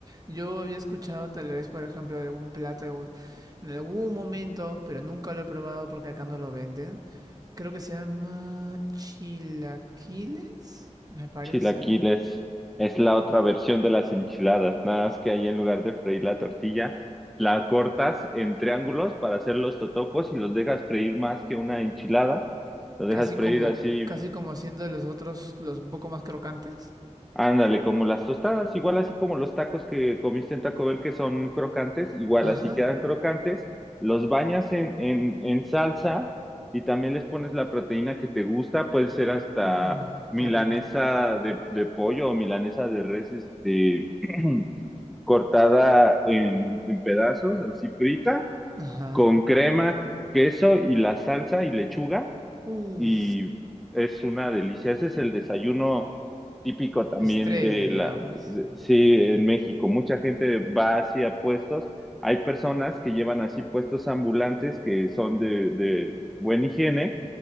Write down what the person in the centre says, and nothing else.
Chilaquiles es la otra versión de las enchiladas, nada más que ahí en lugar de freír la tortilla, la cortas en triángulos para hacer los totopos y los dejas freír más que una enchilada. Los
dejas freír
así
Ándale, como las tostadas, igual así como los tacos que comiste en Taco Bell que son crocantes, igual
así quedan crocantes, los bañas en, en, en salsa y también les pones la proteína que te gusta, puede ser hasta
milanesa
de, de pollo o milanesa de res, este, <clears throat> cortada en, en pedazos, así frita,
con crema, queso y la salsa y lechuga
y es una delicia. Ese es el desayuno típico también
de
la, de- sí, en México. Mucha gente va hacia puestos. Hay personas que llevan así puestos ambulantes que son de, de buena higiene